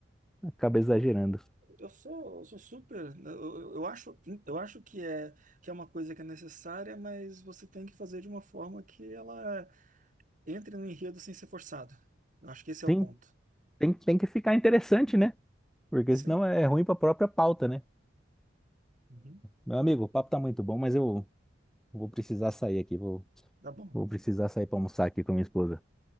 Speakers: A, in the centre; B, on the right.
A: acaba exagerando.
B: Eu sou, eu sou super. né, Eu, eu eu acho, eu acho que é, que é uma coisa que é necessária, mas você tem que fazer de uma forma que ela entre no enredo sem ser forçado. Eu acho que esse é
A: Sim,
B: o ponto.
A: tem, tem que ficar interessante, né? Porque
B: Sim.
A: senão é ruim pra própria pauta, né?
B: Uhum.
A: Meu amigo, o papo tá muito bom, mas eu vou precisar sair aqui, vou,
B: Tá bom.
A: vou precisar sair pra almoçar aqui com minha esposa.